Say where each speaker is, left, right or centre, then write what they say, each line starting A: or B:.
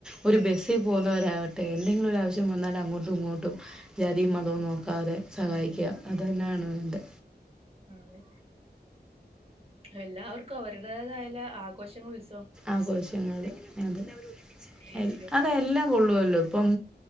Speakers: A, in the centre; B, on the right.
A: ഒരു ബസ്സിൽ പോകുന്നവരാവട്ടെ എന്തെങ്കിലും ഒരു ആവശ്യം വന്നാൽ അങ്ങോട്ടും ഇങ്ങോട്ടും ജാതിയും മതവും നോക്കാതെ സഹായിക്കുക
B: ഉം
A: അത് തന്നെയാണ് വേണ്ടെ
B: ആഹ് അതെ എല്ലാവർക്കും അവരുടേതായല് ആഘോഷങ്ങൾ ഉത്
A: ആഘോഷങ്ങൾ അത്
B: എല്ലാത്തിലും
A: അതെല്ലാം കൊള്ളുമല്ലോ ഇപ്പം